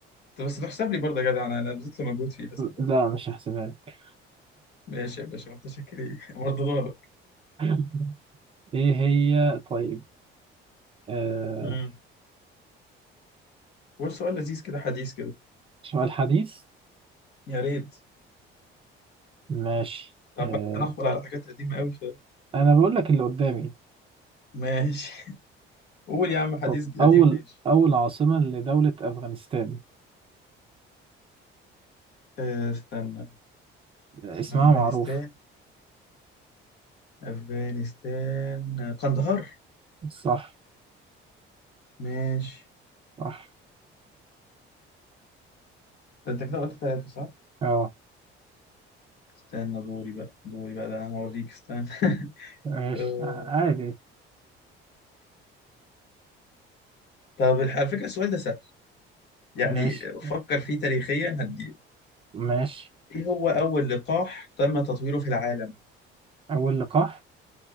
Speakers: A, on the left; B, on the right.
A: طب بس تحسب لي برضه يا جدع انا انا بذلت مجهود فيها صدق
B: لا مش هحسبها لك.
A: ماشي يا باشا متشكرين <laughs> برضه دورك
B: <laughs> ايه هي طيب آه
A: مم. والسؤال لذيذ كده حديث كده
B: سؤال حديث
A: يا ريت
B: ماشي
A: عمال
B: آه
A: هنحفر على حاجات قديمة أوي ف...
B: أنا بقول لك اللي قدامي
A: ماشي <laughs> قول يا عم حديث
B: طب أول
A: قديم ماشي
B: أول عاصمة لدولة أفغانستان
A: أه، استنى
B: اسمها
A: أفغانستان
B: معروف
A: أفغانستان قندهار
B: صح
A: ماشي
B: صح
A: ده أنت كده قلت ثلاثة صح؟
B: أه
A: استنى دوري بقى دوري بقى ده أنا هوريك استنى <laughs>
B: ماشي
A: أه،
B: ع- عادي
A: طب الح- على فكرة السؤال ده سهل يعني
B: ماشي
A: فكر فيه تاريخيا هتجيب
B: ماشي
A: إيه هو أول لقاح تم تطويره في العالم؟
B: أول لقاح